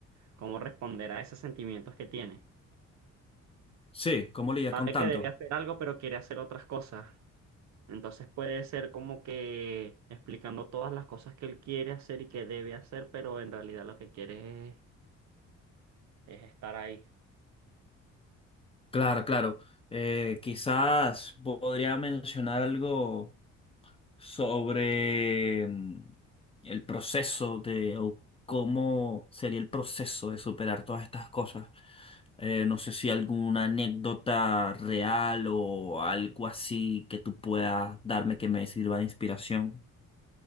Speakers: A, on the right; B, on the left.
A: cómo responder a esos sentimientos que tiene.
B: Sí, ¿cómo lidiar
A: Sabe
B: con tanto?
A: que debe hacer algo, pero quiere hacer otras cosas. Entonces puede ser como que explicando todas las cosas que él quiere hacer y que debe hacer, pero en realidad lo que quiere es es estar ahí.
B: Claro, claro. Eh, quizás podría mencionar algo. sobre mm, el proceso de o cómo sería el proceso de superar todas estas cosas. Eh, no sé si alguna anécdota real o algo así que tú puedas darme que me sirva de inspiración.